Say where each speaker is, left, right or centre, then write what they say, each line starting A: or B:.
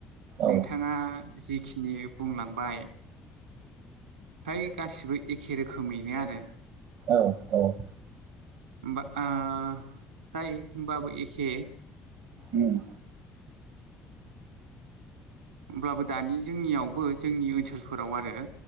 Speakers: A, on the right (about 55°); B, on the right (about 80°).
A: औ
B: नोंथाङा जिखिनि बुंलांबाय फ्राय गासिबो एखे रोखोमैनो आरो
A: औ औ
B: बा ओ फ्राय होनबाबो एखे
A: उम
B: होनब्लाबो दानि जोंनियावबो जोंनि ओनसोलफोराव आरो